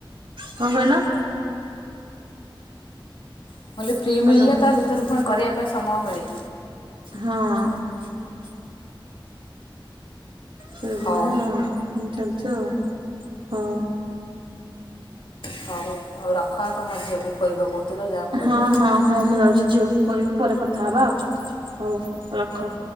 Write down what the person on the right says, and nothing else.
କଣ କହିଲ?
ହ୍ୟାଲୋ
ହଁ ସେଇ
ଭଲିଆ ଆଉ ଛ ହଉ
ହଁ ହଁ ହଁ ମୁଁ ଯାଉଛି ଝିଅକୁ କହିବି ପରେ କଥା ହବା ଆଉ ହଉ ରଖ।